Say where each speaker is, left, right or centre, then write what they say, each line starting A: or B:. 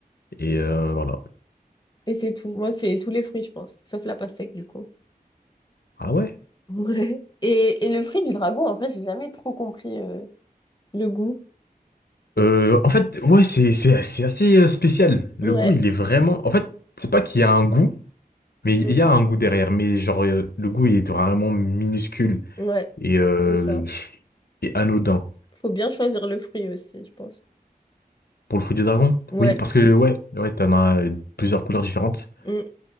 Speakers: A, on the left; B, on the left.
A: et euh, voilà.
B: Et c'est tout. Moi, c'est tous les fruits, je pense. Sauf la pastèque, du coup.
A: Ah ouais?
B: Ouais. Et, et le fruit du dragon, en vrai, j'ai jamais trop compris euh, le goût.
A: Euh, en fait, ouais, c'est, c'est, c'est assez euh, spécial. Le
B: Ouais.
A: goût, il est vraiment, en fait, c'est pas qu'il y a un goût. Mais il
B: Mm.
A: y a un goût derrière, mais genre, euh, le goût il est vraiment minuscule
B: Ouais.
A: et, euh,
B: C'est ça.
A: et anodin.
B: Je- Faut bien choisir le fruit aussi, je pense.
A: Pour le fruit du dragon?
B: Ouais.
A: Oui, parce que ouais, ouais, t'en as euh, plusieurs couleurs différentes.
B: Mm.